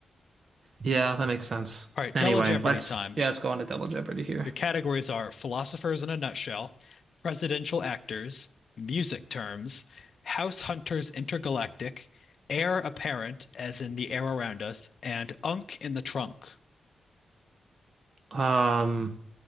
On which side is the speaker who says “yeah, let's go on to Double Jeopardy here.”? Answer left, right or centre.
Right